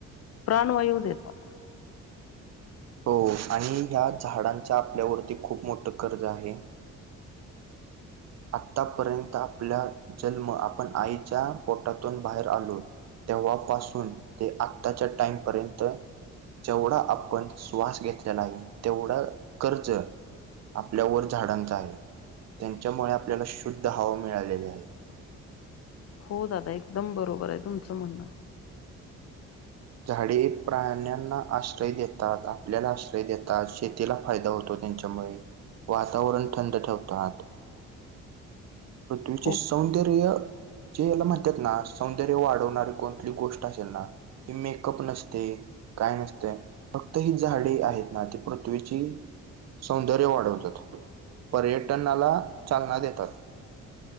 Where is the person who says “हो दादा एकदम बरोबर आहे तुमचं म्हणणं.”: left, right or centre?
Left